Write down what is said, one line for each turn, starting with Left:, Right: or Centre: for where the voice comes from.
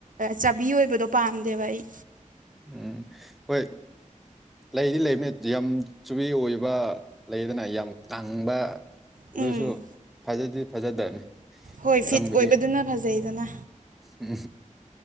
Right: ꯆꯥꯕꯤ ꯑꯣꯏꯕꯗꯣ ꯄꯥꯝꯗꯦꯕ ꯑꯩ
Centre: ꯎꯝ ꯍꯣꯏ ꯂꯩꯗꯤ ꯂꯩꯃꯦ ꯌꯥꯝ ꯆꯨꯕꯤ ꯑꯣꯏꯕ ꯂꯩꯗꯅ ꯌꯥꯝ ꯇꯥꯡꯕ ꯑꯗꯨꯁꯨ
Right: ꯎꯝ
Centre: ꯐꯖꯗꯤ ꯐꯖꯗꯕꯅꯤ
Right: ꯍꯣꯏ ꯐꯤꯠ
Centre: ꯇꯪꯕꯗꯤ
Right: ꯑꯣꯏꯕꯗꯨꯅ ꯐꯖꯩꯗꯅ
Centre: ꯎꯝ